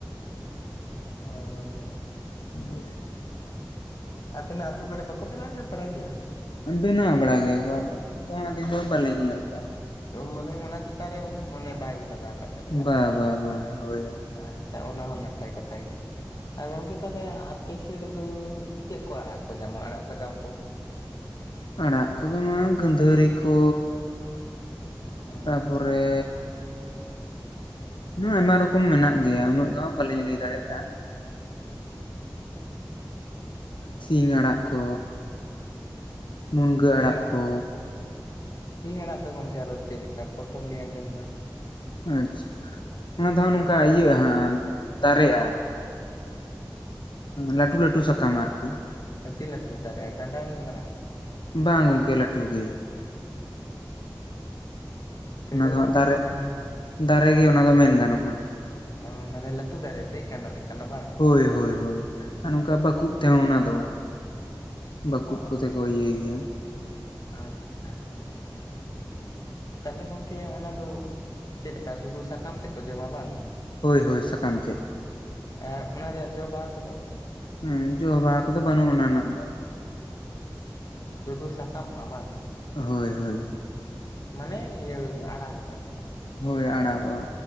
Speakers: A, on the left; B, on the left.
A: ᱚᱻ ᱡᱟᱞᱟ
B: <unintelligible>
A: ᱟᱵᱤᱱᱟᱜ ᱟᱹᱛᱩ ᱠᱚᱨᱮ ᱵᱟᱠᱚ ᱵᱮᱱᱟᱣ ᱵᱟᱲᱟᱭ ᱜᱮᱭᱟ?
B: ᱵᱮᱱᱟᱣ ᱵᱟᱲᱟᱭ ᱜᱮᱭᱟ ᱠᱚ ᱟᱫᱚ ᱩᱱᱟᱹᱜ ᱫᱚ ᱦᱟᱸᱜ ᱟᱹᱞᱤᱧ ᱫᱚ ᱵᱟᱹᱞᱤᱧ ᱧᱮᱞ ᱟᱠᱟᱜᱼᱟ
A: ᱢᱟᱱᱮ ᱚᱱᱟ ᱪᱮᱛᱟᱱ ᱨᱮ ᱩᱱᱟᱹᱜ ᱢᱚᱱᱮ ᱵᱟᱭ ᱞᱟᱜᱟᱣ ᱟᱠᱟᱫ ᱛᱟᱵᱮᱱᱟ
B: ᱵᱟ
A: ᱵᱟᱝ
B: ᱵᱟ ᱵᱟ ᱦᱳᱭ
A: ᱟᱪᱪᱷᱟ ᱚᱱᱟ ᱦᱚᱸ ᱱᱟᱯᱟᱭ ᱠᱟᱛᱷᱟ ᱜᱮ ᱟᱨ ᱜᱚᱝᱠᱮ ᱛᱟᱦᱚᱞᱮ ᱟᱼᱼ ᱟᱯᱮ ᱥᱮᱫ ᱨᱮᱫᱚ ᱪᱮᱫ ᱠᱚ ᱟᱲᱟᱜ ᱠᱚ ᱧᱟᱢᱚᱜᱼᱟ ᱟᱲᱟᱜ ᱥᱟᱠᱟᱢ ᱠᱚ?
B: ᱟᱲᱟᱜ ᱠᱚᱫᱚ ᱱᱚᱣᱟ ᱜᱟᱹᱫᱷᱟᱹᱨᱤ ᱠᱚ
A: ᱦᱮᱸ
B: ᱛᱟᱯ ᱼᱼ ᱯᱚᱨᱮᱻ ᱟᱭᱢᱟ ᱨᱚᱠᱚᱢ ᱢᱮᱱᱟᱜ ᱜᱮᱭᱟ ᱩᱱᱟᱹᱜ ᱫᱚ ᱦᱟᱜ ᱵᱟᱹᱞᱤᱧ ᱞᱟᱹᱭ ᱫᱟᱲᱮᱭᱟᱜᱼᱟ ᱥᱤᱧ ᱟᱲᱟᱜ ᱠᱚ ᱢᱩᱱᱜᱟᱹ
A: ᱥᱤᱧ
B: ᱟᱲᱟᱜ ᱠᱚ
A: ᱥᱤᱧ ᱟᱲᱟᱜ ᱫᱚ ᱜᱚᱝᱠᱮ ᱟᱨᱚ ᱪᱮᱫ ᱞᱮᱠᱟ? ᱯᱨᱚᱛᱷᱚᱢ ᱞᱤᱧ ᱟᱸᱡᱚᱢ ᱮᱫᱟ
B: ᱟᱪᱪᱷᱟ ᱚᱱᱟ ᱫᱚ ᱦᱟᱸᱜ ᱱᱚᱝᱠᱟ ᱤᱭᱟᱹᱜᱼᱟ ᱦᱟᱸᱜ ᱫᱟᱨᱮᱜᱼᱟ ᱞᱟᱹᱴᱩ ᱞᱟᱹᱴᱩ ᱥᱟᱠᱟᱢ ᱟᱨᱠᱤ
A: ᱛᱤᱱ ᱞᱟᱹᱴᱩ ᱫᱟᱨᱮᱜᱼᱟ ᱰᱟᱸᱰᱟ ᱩᱱᱟᱹᱜ ᱢᱟᱨᱟᱝ
B: ᱵᱟᱝ ᱜᱚᱝᱠᱮ ᱞᱟᱹᱴᱩ ᱜᱮ
A: ᱛᱟᱦᱚᱞᱮ
B: ᱚᱱᱟ ᱫᱚ ᱦᱟᱸᱜ
A: ᱠᱟᱹᱴᱤᱡ
B: ᱫᱟᱨᱮ
A: ᱵᱟᱹᱧ ᱞᱟᱹᱭ ᱞᱮ
B: ᱫᱟᱨᱮ ᱜᱮ ᱚᱱᱟ ᱫᱚ ᱢᱮᱱ ᱜᱟᱱᱚᱜᱼᱟ
A: ᱚᱻ ᱢᱟᱱᱮ ᱞᱟᱹᱴᱩ ᱫᱟᱨᱮ ᱫᱮᱡ ᱜᱟᱱᱚᱜ ᱞᱮᱠᱟᱱᱟᱜ ᱵᱟᱝ?
B: ᱦᱳᱭ ᱦᱳᱭ ᱦᱳᱭ᱾ ᱟᱨ ᱱᱚᱝᱠᱟ ᱵᱟᱠᱩᱵ ᱛᱮᱦᱚᱸ ᱚᱱᱟ ᱫᱚ ᱵᱟᱠᱩᱵ
A: ᱚ
B: ᱠᱚᱛᱮ ᱠᱚ ᱤᱭᱟᱹᱭ ᱜᱮᱭᱟ
A: ᱟᱪᱪᱷᱟ ᱛᱟᱦᱚᱞᱮ ᱜᱚᱝᱠᱮ ᱚᱱᱟ ᱫᱚ ᱪᱮᱫ ᱞᱮᱠᱟ ᱥᱩᱫᱷᱩ ᱥᱟᱠᱟᱢ ᱛᱮᱫ ᱠᱚ ᱡᱚᱢᱟ ᱵᱟᱝ?
B: ᱦᱳᱭ ᱦᱳᱭ ᱥᱟᱠᱟᱢ ᱛᱮᱫ
A: ᱟᱨ ᱚᱱᱟ ᱨᱮᱭᱟᱜ ᱡᱚ ᱵᱟᱦᱟ ᱠᱚᱫᱚ?
B: ᱦᱮᱸ ᱡᱚ ᱵᱟᱦᱟ ᱠᱚᱫᱚ ᱵᱟᱹᱱᱩᱜ ᱚᱱᱟ ᱨᱮᱱᱟᱜ ᱫᱚ
A: ᱚ ᱥᱩᱫᱷᱩ ᱥᱟᱠᱟᱢᱚᱜᱼᱟ ᱵᱟᱝ?
B: ᱦᱳᱭ ᱦᱳᱭ
A: ᱢᱟᱱᱮ ᱤᱭᱟᱹ ᱟᱲᱟᱜᱚᱜᱼᱟ
B: ᱦᱩᱭᱳᱭ ᱟᱲᱟᱜᱚᱜᱼᱟ